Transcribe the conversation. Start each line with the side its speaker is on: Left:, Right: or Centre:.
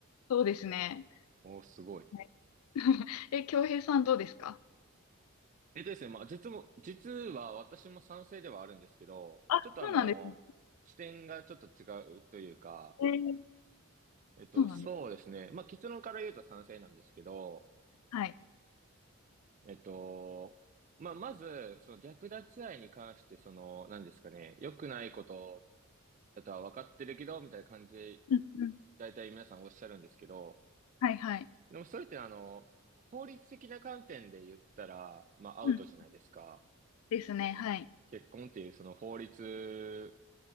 Left: そうですね。
Right: おー、すごい。
Left: はいえ、京平さんどうですか
Right: えっとですね、まあ、実も、実は私も賛成ではあるんですけど、
Left: あ、
Right: ちょっとあの、
Left: そうなんですね。
Right: 視点がちょっと違うというか、
Left: えー
Right: えっと、
Left: そうなんです。
Right: そうですね。まあ、結論から言うと賛成なんですけど、
Left: はい。
Right: えっと、まあ、まず、その略奪愛に関して、その、何ですかね、良くないことだとは分かってるけど、みたいな感じで、
Left: うんうん。
Right: 大体皆さんおっしゃるんですけど、
Left: はいはい。
Right: でもそれってあの、法律的な観点で言ったら、まあ、アウトじゃないですか。
Left: うん。ですね。はい。
Right: 結婚っていうその法律